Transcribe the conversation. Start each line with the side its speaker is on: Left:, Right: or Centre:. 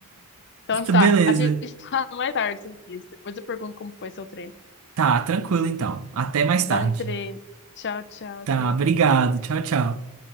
Left: Então tá,
Right: <laughs>
Left: a gente <laughs>
Right: Beleza.
Left: fala mais tarde sobre isso. Depois eu pergunto como foi seu treino.
Right: Tá, tranquilo então. Até mais
Left: Bom
Right: tarde.
Left: treino. Tchau, tchau. até
Right: Tá, obrigado. Tchau, tchau.